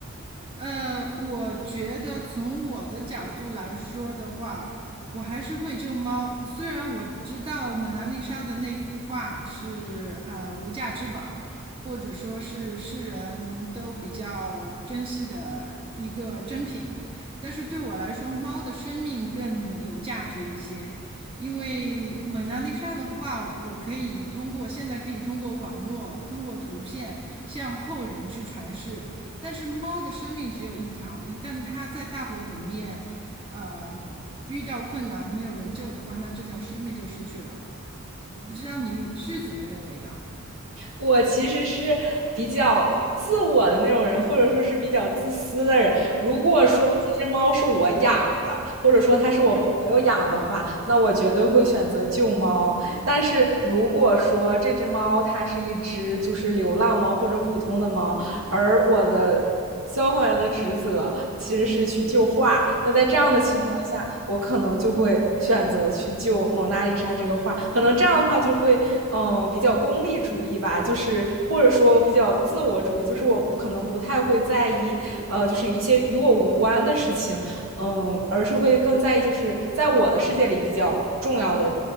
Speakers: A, on the right (about 25°); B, on the right (about 70°).
A: 呃，我觉得从我的角度来说的话，我还是会救猫。虽然我知道蒙娜丽莎的那幅画是呃无价之宝，或者说是世人都比较珍惜的一个珍品，但是对我来说，猫的生命更有价值一些。因为蒙娜丽莎的画，我可以通过现在可以通过网络，通过图片向后人去传世。但是猫的生命只有一条，一旦它在大火里面，呃，遇到困难没有人救的话，那这条生命就失去了。我不知道你是怎么认为的。
B: 我其实是比较自我的那种人，或者说是比较自私的人。如果说这只猫是我养的，
A: 嗯
B: 或者说它是我朋友养的话，那我绝对会选择救猫。但是如果说这只猫它是一只就是流浪猫或者普通的猫，而我的消防员的职责其实是去救画。那在这样的情况下，我可能就会选择去救蒙娜丽莎这个画。可能这样的话就会，嗯，比较功利主义吧，就是或者说比较自我主义，就是我可能不太会在意，呃，就是一些与我无关的事情，嗯，而是会更在意就是在我的世界里比较重要的